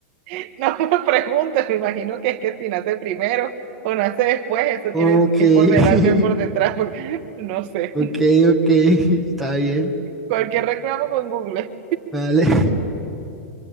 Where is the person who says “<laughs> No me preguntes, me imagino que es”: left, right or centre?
Right